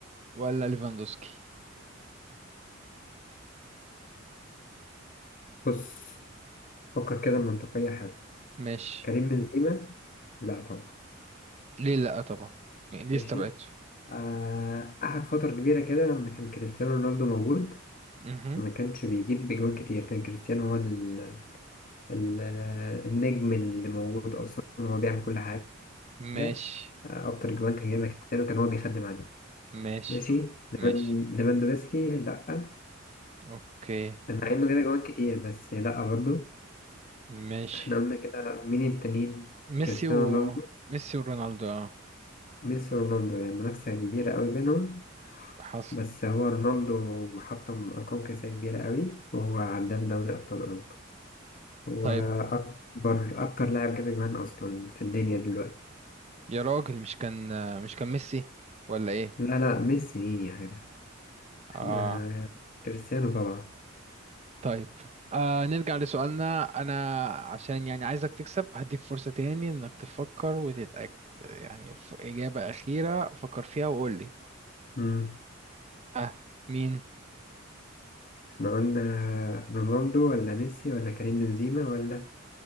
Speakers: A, on the right (about 35°); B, on the left (about 45°).
A: ولا ليفاندوسكي
B: بص فكر كده منطقية حلو
A: ماشي
B: كريم بنزيما لا طبعا
A: ليه لا طبعا يعني ليه
B: ماشي
A: استبعدته
B: آه، قعد فترة كبيرة كده لما كان كريستيانو رونالدو موجود
A: مهم.
B: فما كانش بيجيب بجوان كتير كان كريستيانو هو ال ال آه، النجم اللي موجود أصلا هو بيعمل كل حاجة
A: ماشي
B: آه، أكتر جوان كان جايبها كريستيانو كان هو بيخدم عليه
A: ماشي
B: ماشي
A: خ-
B: ليفان-
A: ماشي
B: ليفاندوفسكي لأ
A: اوكي
B: مع إنه جايب جوان كتير بس لأ برضه
A: ماشي
B: إحنا قلنا كده مين التانيين
A: ميسي
B: كريستيانو
A: و
B: رونالدو
A: ميسي ورونالدو اه
B: ميسي ورونالدو يعني منافسة كبيرة قوي بينهم
A: حصل
B: بس هو رونالدو محطم أرقام قياسية كبيرة قوي وهو هداف دوري أبطال أوروبا هو
A: طيب
B: أكبر أكتر لاعب جاب أجوان أصلا في الدنيا دلوقتي
A: يا راجل مش كان مش كان ميسي ولا ايه
B: لا لا ميسي مين يا جدع احنا
A: اه
B: كريستيانو طبعا
A: طيب آه نرجع لسؤالنا انا عشان يعني عايزك تكسب هديك فرصة تاني انك تفكر وتتأكد يعني ف- إجابة أخيرة فكر فيها وقول لي
B: مم.
A: ها مين
B: احنا قلنا رونالدو ولا ميسي ولا كريم بنزيما ولا